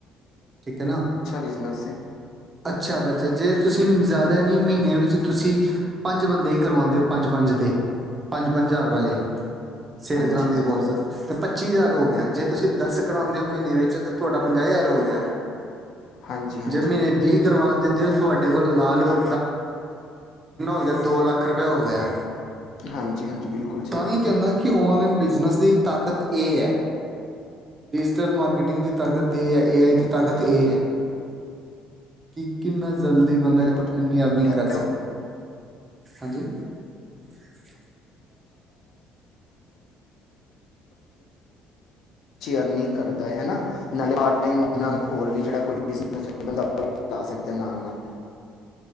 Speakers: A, on the right; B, on the left.
A: ਠੀਕ ਆ ਨਾ,
B: ਬਿਜ਼ਨਸ ਹੈ
A: ਅੱਛਾ ਬਚਾ ਜੇ ਤੁਸੀਂ ਜ਼ਿਆਦਾ ਨੀ ਮਹੀਨੇ ਵਿੱਚ ਤੁਸੀਂ ਪੰਜ ਬੰਦੇ ਹੀ ਕਰਵਾਉਂਦੇ ਹੋ, ਪੰਜ ਪੰਜ ਦੇ ਪੰਜ ਪੰਜ ਹਜ਼ਾਰ ਵਾਲੇ ਸੇਲ
B: ਹਾਂਜੀ
A: ਕਰਾਉਂਦੇ ਕੋਰਸ ਤੇ ਪੱਚੀ ਹਜ਼ਾਰ ਹੋ ਗਿਆ, ਜੇ ਤੁਸੀਂ ਦੱਸ ਕਰਾਉਂਦੇ ਹੋ ਮਹੀਨੇ ਵਿੱਚ ਤੁਹਾਡਾ ਪੰਜਾਹ ਹਜ਼ਾਰ ਹੋ ਗਿਆ,
B: ਹਾਂਜੀ ਹਾਂਜੀ
A: ਜੇ ਮਹੀਨੇ
B: ਬਿਲਕੁਲ
A: ਵੀਹ ਕਰਵਾ ਦਿੰਦੇ ਉਹ ਤੁਹਾਡੇ ਕੋਲ ਲਾਲ ਹੋ ਗਿਆ ਦੋ ਲੱਖ ਰੁਪਇਆ ਹੋ ਗਿਆ
B: ਹਾਂਜੀ ਹਾਂਜੀ ਬਿਲਕੁਲ ਜੀ।
A: ਤਾਂ ਹੀ ਕਹਿੰਦਾ ਕਿ ਔਨਲਾਈਨ ਬਿਜ਼ਨਸ ਦੀ ਤਾਕਤ ਇਹ ਹੈ। ਡਿਜੀਟਲ ਮਾਰਕ ਕਟਿੰਗ ਦੀ ਤਾਕਤ ਤੇ ਏਆਈ ਦੀ ਤ ਤਾਕਤ
B: ਹਾਂ, ਬਿਲਕੁਲ
A: ਇਹ ਆ, ਕਿ ਕਿੰਨਾ ਜਲਦੀ ਬੰਦਾ
B: ਠੀਕ
A: ਐਨੀ ਅਰਨਿੰਗ
B: ਕਹਿ ਰਹੇ
A: ਕਰ ਸਕਦੇ
B: ਹੋ
A: ਹਾਂਜੀ। <unintelligible>
B: ਅਰਨਿੰਗ ਕਰਦਾ ਹੈ ਨਾਲੇ <unintelligible> ਟੈਮ
A: ਹੂੰ
B: ਨਾਲ ਹੋਰ ਵੀ ਜਿਹੜਾ ਕੋਈ ਬ ਵਧਾ ਸਕਦੇ ਨਾਲ- ਨਾਲ